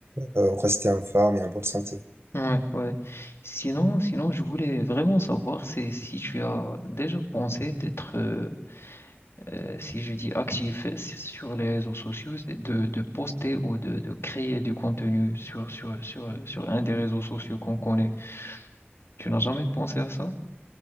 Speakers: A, on the right; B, on the left.
A: euh, rester en forme et en bonne santé.
B: Ouais, ouais. Sinon, sinon, je voulais vraiment savoir c'est si tu as déjà pensé d'être, euh, euh, si je dis actif sur les réseaux sociaux, c'est de, de poster ou de, de créer du contenu sur, sur, sur, euh, sur un des réseaux sociaux qu'on connaît. Tu n'as jamais pensé à ça?